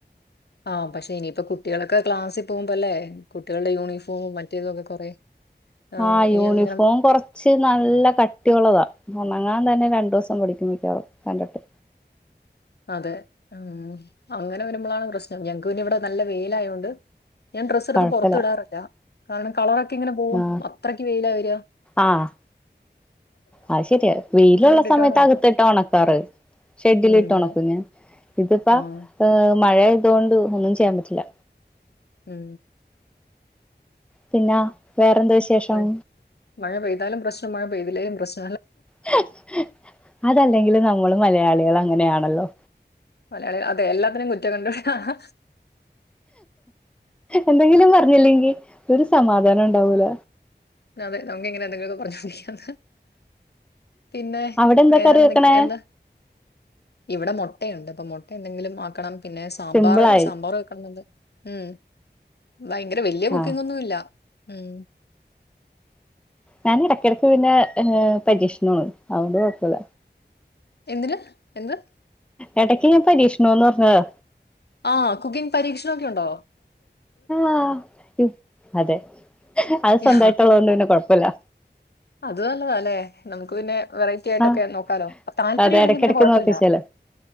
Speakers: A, on the left (about 65°); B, in the centre.
A: ആ പക്ഷെ ഇനിയിപ്പ കുട്ടികളൊക്കെ ക്ലാസ്സി പോകുമ്പോല്ലേ. കുട്ടികളുടെ യൂണിഫോമും മറ്റേതൊക്കെ കൊറെ. ആഹ്
B: ആ
A: ഇനി
B: യൂണിഫോം
A: ഇങ്ങനെ
B: കൊറച്ച് നല്ല കട്ടിയുള്ളതാ. ഉണങ്ങാൻ തന്നെ രണ്ടൂസം പിടിക്കും മിക്കവാറും കണ്ടിട്ട്
A: അതെ ഉം അങ്ങനെ വരുമ്പളാണ് പ്രശ്നം ഞങ്ങക്ക് പിന്നെ ഇവിടെ നല്ല വെയിലായോണ്ട്. ഞാൻ ഡ്രസ്സ് എടുത്ത്
B: കൊഴപ്പല്ല
A: പൊറത്ത് ഇടാറില്ല. കാരണം കളറൊക്കെ ഇങ്ങനെ പോവും
B: ആഹ്
A: അത്രക്ക് വെയിലാ വര്യ
B: ആഹ് അത് ശരിയ വെയിലുള്ള
A: ഇട്ടിട്ടാണ്
B: സമയത്ത്
A: ഉണക്കുക
B: അകത്തിട്ട് ഒണക്കാറ് ഷെഡിലിട്ട്
A: ഉം
B: ഒണക്കും
A: അതെ
B: പിന്നെ ഇതിപ്പ
A: ആഹ്
B: മഴയായതോണ്ട് ഒന്നും ചെയ്യാൻ പറ്റില്ല
A: ഉം
B: പിന്നാ വേറെന്ത്‌ വിശേഷം
A: മഴ മഴ പെയ്താലും പ്രശ്നം മഴ പെയ്തില്ലേലും പ്രശ്
B: ഹെ ഹെ ഹെ അതല്ലെങ്കിലും നമ്മള് മലയാളികള് അങ്ങനെയാണല്ലോ
A: മലയാളികൾ അതെ എല്ലാത്തിനും കുറ്റം കണ്ടു ഹ് ഹ
B: എന്തെങ്കിലും പറഞ്ഞില്ലെങ്കി ഒരു സമാധാനം
A: ഉം
B: ഉണ്ടാവൂല
A: ഉം അതെ നമ്ക്ക് ഇങ്ങനെ എന്തെങ്കിലൊക്കെ പറഞ്ഞോണ്ട് ഇരിക്കാം പിന്നെ
B: അവിടെ എന്താ
A: വേറെന്തക്ക്
B: കറി വെക്കണേ
A: എന്താ ഇവിടെ മൊട്ടയുണ്ട് അപ്പൊ മുട്ട എന്തെങ്കിലും ആക്കണം പിന്നെ സാമ്പാറ്
B: സിമ്പിളായി
A: സാമ്പാറ് വെക്കണംന്ന്‌ണ്ട് ഉം ഭയങ്കര വല്യ കുക്കിംഗ്
B: ആഹ്
A: ഒന്നുല്ല ഉം
B: ഞാൻ ഇടക്കിടക്ക് പിന്നെ ങേ പരീക്ഷണാണ് അതു കൊഴപ്പല്ല
A: എന്തിന് എന്ത്
B: എടക്ക് ഞാൻ പരീക്ഷണോന്ന് പറഞ്ഞത്
A: ആ കുക്കിംഗ് പരീക്ഷ്ണൊക്കെയുണ്ടോ
B: ആ ഉം അതെ അത്
A: യാ,
B: സ്വന്തമായിട്ടുള്ളോണ്ട് പിന്നെ കൊഴപ്പൂല്ല
A: അത് നല്ലതാല്ലെ നമുക്ക് പിന്നെ വെറൈറ്റി ആയിട്ടൊക്കെ
B: ആഹ്
A: നോക്കാലോ താല്പര്യം
B: അതെ
A: ഉണ്ടെങ്കിൽ
B: ഇടക്കിടക്ക്
A: പിന്നെ കൊഴപ്പുല്ല
B: നോക്കിച്ചേല്
A: <inaudible>